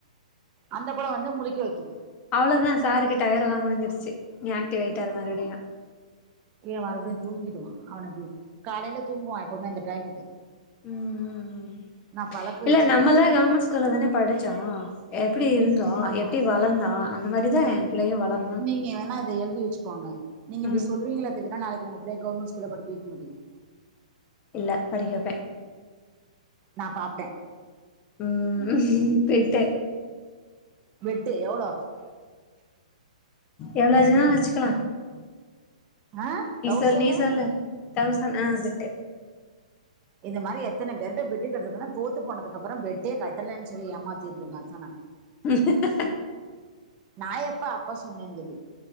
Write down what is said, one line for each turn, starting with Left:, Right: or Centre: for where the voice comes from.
Right: அந்த புள்ள வந்து முழிக்க வைக்கிது
Left: அவ்ளோதா சாருக்கு டயடெல்லா முடிஞ்சுருச்சி இனி ஆக்டிவ் ஆயிட்டாரு மறுபடியு
Right: இவே மறுபடியு தூங்கிடுவா அவனுக்கு காலேல தூங்குவா எப்பவுமே அந்த டைம் இது
Left: ம் ம் ம்
Right: நா பழக்க
Left: இல்ல
Right: வச்சிருக்கே
Left: நம்மல்லா கவர்மெண்ட் ஸ்கூல்ல தான படிச்சோ எப்டி இருந்தோ
Right: ஆமா
Left: எப்டி வளந்தோ அந்த மாரிதா ஏ பிள்ளையு வளர்
Right: நீங்க வேணா அத எழுதி வச்சுக்கோங்க நீங்க இப்டி
Left: ம்
Right: சொல்வீங்களே தவிர நாளைக்கு உங்க புள்ளய கவர்மெண்ட் ஸ்கூல்ல படிக்க வெக்க மாட்டிங்க
Left: இல்ல படிக்க வப்பே
Right: நா பாப்பே
Left: ம் பெட்டு
Right: பெட்டு எவளோ
Left: எவளோ <unintelligible> வச்சுக்கலா
Right: ஆ
Left: நீ
Right: தௌசண்னு
Left: சொல் நீ சொல்லு தௌசண் ஆ பெட்டு
Right: இந்த மாறி எத்தன பேர்ட்ட பெட் கட்டரதுனா தோத்து போனதுக்கு அப்பறோ பெட்டே கட்டலன்னு சொல்லி ஏமாத்திருது <unintelligible>
Left: <inaudible>
Right: நா எப்ப அப்ப சொன்னேங்குது.